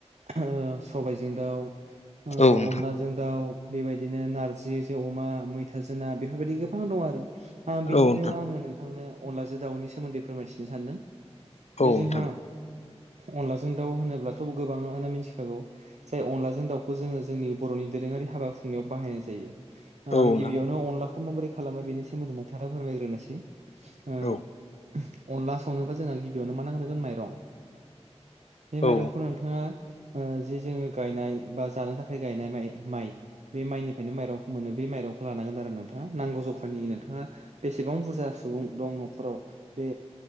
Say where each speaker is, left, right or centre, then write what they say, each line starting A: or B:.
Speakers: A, on the right; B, on the left.
A: ओ सबायजों दाउ ओ
B: औ नोंथां
A: अनलाजों जों दाउ बेबायदिनो नारजि जों अमा मैथाजो ना बेफोरबायदि गोबां दं आरो।
B: औ
A: बिदिनो
B: नोंथां
A: आङो नोंथांनो अनलाजों दाउनि सोमोन्दै फोरमायथिनो सानदों। बे
B: औ
A: जोंहा
B: नोंथां
A: अनलाजों दाउ होनोब्लाथ' गोबाङानो मिथिखागौ जे अनलाजों दाउखौ जोङो जोंनि बर'नि दोरोङारि हाबा खुंनायाव बाहायनाय जायो।
B: औ नोंथां
A: आं गिबियावनो अनलाखौ माबोरै खालामो बेनि सोमोन्दै नोंथांनो फोरमायग्रोनोसै ओ-
B: औ
A: अनला संनोबा जोंहा गिबियावनो मा नांग्रोगोन माइरं बे माइरंखौनो
B: औ
A: नोंथाङा ओ जि जोङो गायनाय बा जानो थाखाय गायनाइ माइ माइ बे माइनिफ्रायनो माइरंखौ मोनो बे माइरंखौ लानांगोन आरो नोंथाङा नांगौ जखानि नोंथाङा बेसेबां बुरजा सुबुं दं न'खराव बे